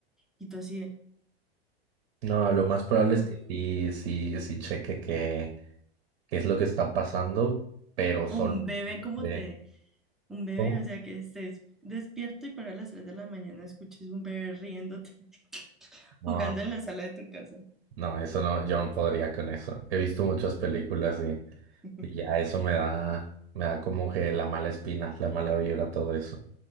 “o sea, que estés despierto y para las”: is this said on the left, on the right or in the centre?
Centre